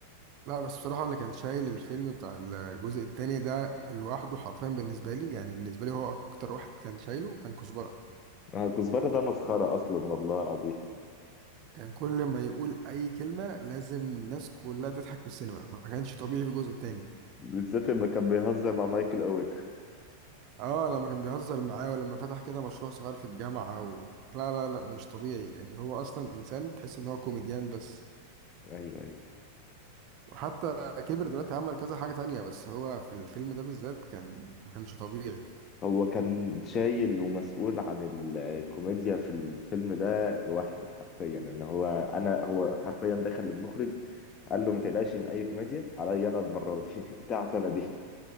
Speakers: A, on the right (about 40°); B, on the left (about 25°).
A: لا بس بصراحة اللي كان شايل الفيلم بتاع الجزء التاني ده لوحده حرفيا بالنسبة لي يعني بالنسبة لي هو أكتر واحد كان شايله كان كزبرة
B: آه، كزبرة ده مسخرة أصلا والله العظيم
A: كان كل ما يقول أي كلمة لازم الناس كلها تضحك في السينما ما كانش طبيعي في الجزء التاني
B: بالذات لما كان بيهزر مع مايكل أوين
A: اه لما كان بيهزر معاه ولما فتح كده مشروع صغير في الجامعة و... لا لا لا مش طبيعي يعني هو اصلا انسان تحس ان هو كوميديان بس
B: أيوه أيوه
A: وحتى كبر دلوقتي عمل كذا حاجة تانية بس هو في الفيلم ده بالذات كان ما كانش طبيعي
B: هو كان شايل ومسؤول عن الكوميديا في الفيلم ده لوحده حرفيا إن هو أنا هو حرفيا دخل للمخرج قال له ما تقلقش من أي كوميديا عليا أنا المرة دي <laughs> بتاعتي أنا دي